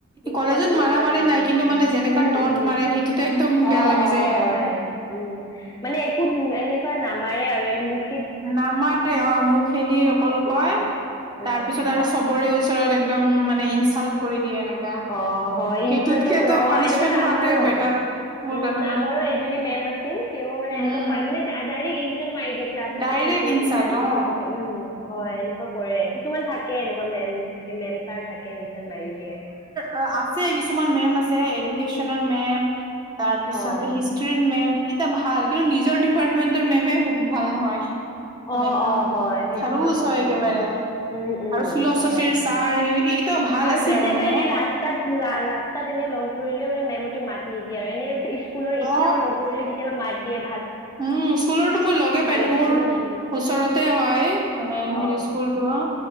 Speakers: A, on the left; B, on the right.
A: এতিয়া
B: কলেজত
A: মনত
B: মাৰা
A: প
B: মাৰি
A: ভাল লাগে
B: নাই কিন্তু মানে যেনেকা
A: উম
B: টন্ট
A: উম
B: মাৰে সেইটোতে একদম বেয়া
A: অঁ
B: লাগিছে
A: অঁ অঁ
B: আৰু
A: হয় উম মানে একো এনেকুৱা নামাৰে আৰু এনে মোৰ।
B: নামাৰে অঁ মোক সেদি অকল
A: সেইটো।
B: কয়
A: উম,
B: তাৰ পিছত
A: হয়,
B: আৰু চবৰে ওচৰত একদম মানে ইনচাল্ট কৰি দিয়ে এনেকা
A: অ হয়
B: সেইটোতকেতো
A: ইনচালো কৰে অ
B: পানিচমেন্ট
A: এনেকুৱাটা
B: খোৱাটোৱে
A: আমাৰো
B: বেটাৰ মোৰ
A: উম
B: কাৰণে
A: আমাৰো এয মেম আছিল তেওঁ মানে
B: উম
A: এনেকুৱানে ডাইৰেক্ট ই মাৰিয়। ক্লাছত
B: ডাইৰেক্ট
A: ই
B: ইনচাল্ট
A: ম দিয়ে
B: অ
A: চবকে উম হয় এনেকুৱা কৰে কিছুমান থাকে এনেকুৱা মেম থাকে মেম চাৰ থাকে ইচ মাৰি দিয়ে।
B: অঁ আছে কিছুমান মেম আছে এডুকেশচনৰ মেম <unintelligible> তাৰ পিছতে
A: অ',
B: হিষ্ট্ৰীৰ মেম এয়া ভাল কিন্তু নিজৰ ডিপাৰ্টমেন্টৰ মেমহে ভাল নহয়। মানে
A: অ',
B: একদম
A: অ', হয় সেইটোতো
B: খাৰুচ হয় একেবাৰে
A: উম। উম, উম,
B: আৰু ফিলচফিৰ
A: হয়।
B: ছাৰ এইকেইটাও ভাল
A: আৰু
B: আছে
A: কেতিয়াবা
B: মানে
A: এনে ৰাস্তাত ৰাস্তাত এনে লগ ধৰিলেও মানে মেমতে মা নিদিয়া আৰু এনে স্কুলৰ
B: অ
A: এতিয়াও লগ ধৰিলে কেতিয়াবা মাত দিয়া
B: উম স্কুলৰতো মই লগে পাই থাকো
A: লাগে,
B: মোৰ
A: উম, উম।
B: ওচৰতে হয় মানে
A: অ',
B: হেৰি স্কুল অঁ